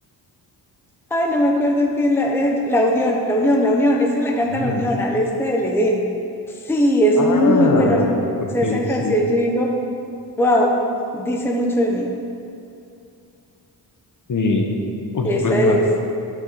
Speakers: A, in the centre; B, on the left.
A: Ay, no me acuerdo qué la, eh, la Unión, la Unión, la Unión, esa la
B: Junior.
A: canta la Unión, al este del Edén. Sí, es
B: Ah,
A: muy bueno.
B: ok,
A: O sea, esa canción
B: sí,
A: yo digo, wow, dice mucho de mí.
B: sí. Uy,
A: Esa
B: pues a-
A: es